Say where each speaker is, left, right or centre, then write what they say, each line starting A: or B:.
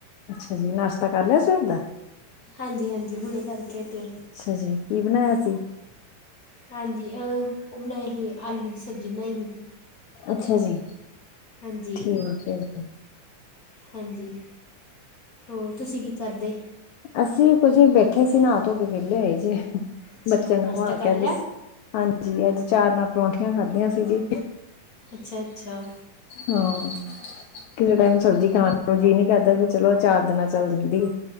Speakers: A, on the left (about 85°); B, on the left (about 45°).
A: ਅੱਛਾ ਜੀ ਨਾਸ਼ਤਾ ਕਰ ਲਿਆ ਸਵੇਰ ਦਾ
B: ਹਾਂਜੀ, ਹਾਂਜੀ ਹੁਣੇ ਕਰਕੇ ਹਟੇ
A: ਅੱਛਾ ਜੀ, ਕੀ ਬਣਾਇਆ ਸੀ।
B: ਹਾਂਜੀ ਆਹ, ਉਹ ਬਣਾਈ ਸੀ ਆਲੂ ਦੀ ਸਬਜ਼ੀ ਬਣਾਈ ਹੀ
A: ਅੱਛਾ ਜੀ
B: ਹਾਂਜੀ,
A: ਠੀਕ ਐ ਜੀ।
B: ਹਾਂਜੀ, ਹੋਰ ਤੁਸੀਂ ਕੀ ਕਰਦੇ।
A: ਅਸੀਂ, ਕੁਝ ਬੈਠੇ ਸੀ ਨਹਾ ਧੋ ਕੇ ਵਿਹਲੇ ਹੋਏ ਸੀ ਜੇ
B: ਅੱਛਾ
A: ਬੱਚਿਆਂ
B: ਨਾਸ਼ਤਾ
A: ਨੂੰ ਨਵਾ ਕੇ
B: ਕਰ
A: ਅੱਜ,
B: ਲਿਆ
A: ਹਾਂਜੀ, ਅੱਜ, ਚਾਰ ਨਾਲ ਪਰੌਠੀਆਂ ਖਾਧੀਆਂ ਸੀ ਜੀ।
B: ਅੱਛਾ, ਅੱਛਾ।
A: ਹਾਂ, ਕਿਸੇ ਟਾਈਮ ਸਬਜ਼ੀ ਖਾਣ। ਜੀ ਨੀਂ ਕਰਦਾ ਫਿਰ ਚਲੋਂ ਆਚਾਰ ਦੇ ਨਾਲ ਚੱਲ ਜਾਂਦੀ।